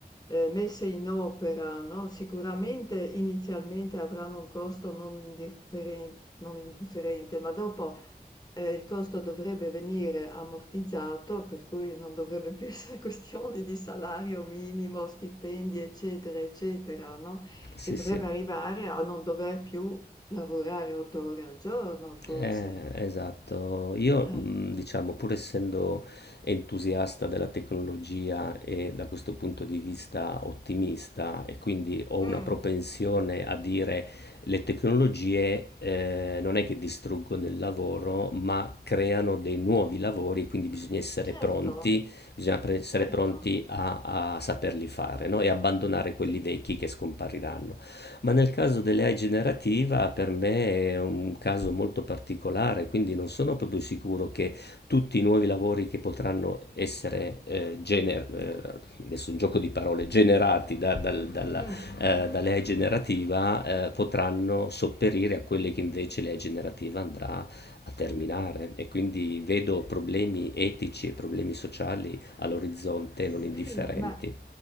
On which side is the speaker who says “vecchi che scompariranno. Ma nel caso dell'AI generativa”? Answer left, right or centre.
Left